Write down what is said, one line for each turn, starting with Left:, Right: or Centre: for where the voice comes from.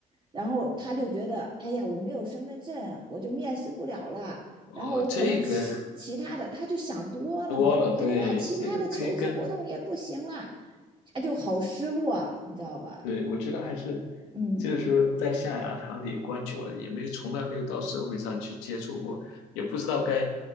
Right: 然后他就觉得，哎呀，我没有身份证，我就面试不了了。
Left: 哦，
Right: 然后我可能其其他的，
Left: 这个
Right: 他就想多了嘛，
Left: 多了，
Right: 他就说啊，
Left: 对，
Right: 其他的求职活动也不行了，
Left: 这个可以跟，
Right: 他就好失落啊，你知道吧？
Left: 对，我觉得还是
Right: 嗯。
Left: 就是说在象牙塔里关久了，也没从来没有到社会上去接触过，也不知道该